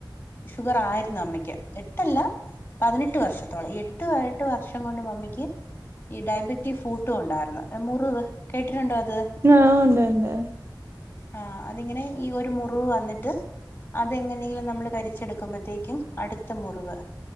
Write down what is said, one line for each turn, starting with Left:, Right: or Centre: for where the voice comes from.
Left: ഷുഗർ ആയിരുന്നു അമ്മയ്ക്ക് എട്ടല്ല പതിനെട്ട് വർഷത്തോളം എട്ട് എട്ട് വർഷം കൊണ്ട് മമ്മിക്ക് ഈ ഡയബെറ്റീവ് ഫൂട്ടും ഉണ്ടായിരുന്നു മുറിവ് കേട്ടിട്ടുണ്ടോ അത്
Right: ആ ഉണ്ട് ഉണ്ട്
Left: ആഹ അതിങ്ങനെ ഈ ഒരു മുറിവ് വന്നിട്ട് അതെങ്ങനെങ്കിലും നമ്മള് കരിച്ചെടുക്കുമ്പോഴത്തേക്കും അടുത്ത മുറിവ്